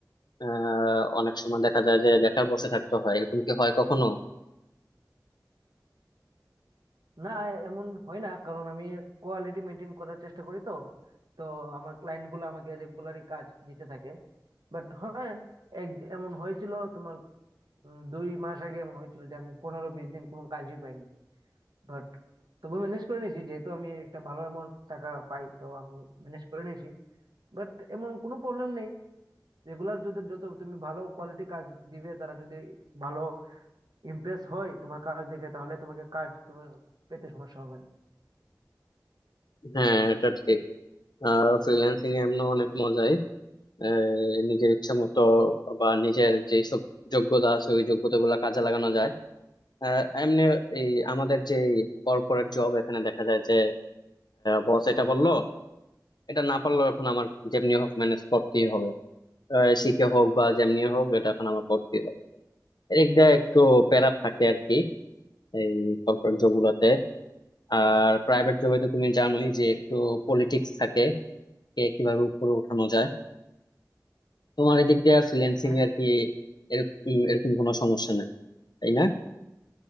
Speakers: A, on the left (about 75°); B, on the right (about 75°).
A: আহ অনেক সময় দেখা যায় যে বেকার বসে থাকতে হয় এরকম কি হয় কখনো
B: না এমন হয় না কারণ আমি কোয়ালিটি মেনটেন করার চেষ্টা করি তো তো আমার ক্লায়েন্ট গুলো আমাকে রেগুলারই কাজ দিতে থাকে বাট হ্যাঁ এক এমন হয়েছিল তোমার উম, দুই মাস আগে এমন হয়েছিল যে আমি পনেরো বিশ দিন কোনো কাজই পাইনি বাট তবু ম্যানেজ করে নিয়েছি যেহেতু আমি একটা ভালো অ্যামাউন্ট টাকা পাই তো আমি ম্যানেজ করে নিয়েছি বাট এমন কোনো প্রবলেম নেই রেগুলার যদি যত তুমি ভালো কোয়ালিটি কাজ দিবে তারা যদি ভালো ইমপ্রেস হয় তোমার কাজ দেখে তাহলে তোমাকে কাজ তোমার পেতে সমস্যা হবে না
A: হ্যাঁ এটা ঠিক আহ ফ্রিল্যান্সিং এ এমন অনেক মজাই আহ, নিজের ইচ্ছে মতো বা নিজের যেসব যোগ্যতা আছে ওই যোগ্যতা গুলা কাজে লাগানো যায় আহ, এমনি এই আমাদের যে কর্পোরেট জব এখানে দেখা যায় যে বস এটা বললো এটা না পারলেও এখন আমার যেমনি হোক ম্যানেজ করতেই হবে আহ, শিখে হোক বা যেমনি হোক এটা এখন আমার করতেই হবে এদিক দিয়ে একটু প্যারা থাকে আর কি এই কর্পোরেট জব গুলাতে আর প্রাইভেট জবে তো তুমি জানোই যে একটু পলিটিক্স থাকে কে কিভাবে উপরে উঠানো যায় তোমার এদিক দিয়ে ফ্রিল্যান্সিং
B: হ্যাঁ
A: এর কি এরকম এরকম কোনো সমস্যা নেই তাই না